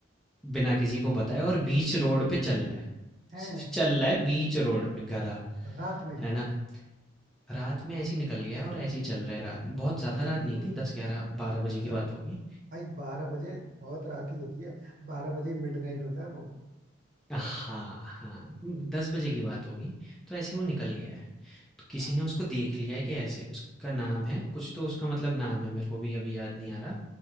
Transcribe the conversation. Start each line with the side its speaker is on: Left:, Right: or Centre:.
Centre: बिना किसी को
Right: हाँ,
Centre: बताए और बीच रोड पे चल रहा है
Right: हैं
Centre: सिर्फ चल रहा है बीच रोड पे गधा
Right: रात में
Centre: है ना रात में ऐसे ही निकल गया और ऐसे ही चल रहा है रात में बहुत ज़्यादा
Right: दो
Centre: रात
Right: तीन
Centre: नहीं
Right: बजे
Centre: थी दस ग्यारह बारह बजे
Right: अच्छा
Centre: की बात होगी
Right: भाई बारह बजे बहुत रात ही होती है बारह बजे मिडनाइट होता है वो
Centre: हाँ हाँ दस बजे की बात होगी तो ऐसे ही वो निकल गया है किसी
Right: हाँ।
Centre: ने उसको देख लिया है कि ऐसे उसका नाम है कुछ तो उसका मतलब नाम है मेरे को भी अभी याद नहीं आ रहा